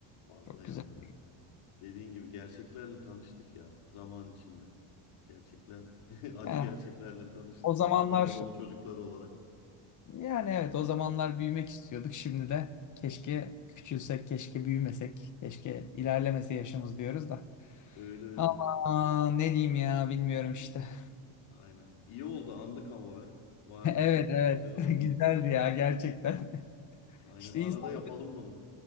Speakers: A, on the left; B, on the left.
A: Vallahi
B: Çok güzeldi.
A: abi be. Dediğin gibi gerçeklerle tanıştık ya zaman içinde. Gerçekler, <laughs> acı
B: Ya,
A: gerçeklerle tanıştık.
B: o zamanlar
A: Saf Anadolu çocukları olarak.
B: <laughs> yani evet o zamanlar büyümek istiyorduk. Şimdi de keşke küçülsek, keşke büyümesek, keşke ilerlemese yaşımız diyoruz da.
A: Öyle öyle.
B: Ama ne diyeyim ya bilmiyorum işte. <laughs>
A: Aynen. İyi oldu andık ama be. Var
B: Evet
A: be.
B: evet
A: Güzel oldu.
B: <laughs> güzeldi ya gerçekten. <laughs>
A: Aynen.
B: İşte
A: Arada
B: insan
A: yapalım bunu.